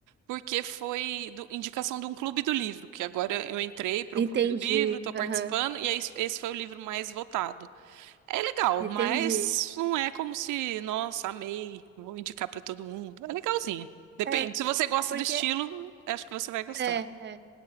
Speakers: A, on the right; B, on the right.
A: porque foi do- indicação de um clube do livro, que agora eu entrei para
B: Entendi.
A: um clube do livro, estou participando,
B: Aham,
A: e aí esse foi o livro mais votado. É legal,
B: entendi.
A: mas não é como se, nossa, amei, vou indicar para todo mundo. É legalzinho. Depende.
B: É,
A: Se você gosta
B: porque...
A: do estilo, acho que você vai gostar.
B: É, é.